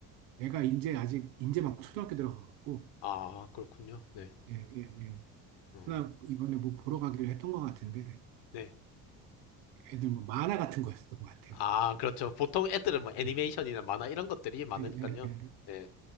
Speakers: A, on the right; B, on the left.
A: 애가 이제 아직 이제 막 초등학교 들어가고
B: 아, 그렇군요. 네.
A: 예, 예, 예.
B: 음,
A: 하나 이번에 뭐 보러 가기로 했던 것 같은데
B: 네.
A: 애들 뭐 만화 같은 거였던 것 같아요.
B: 아, 그렇죠. 보통 애들은 뭐 애니메이션이나
A: 예,
B: 만화 이런 것들이 많으니까요.
A: 예, 예, 예.
B: 네.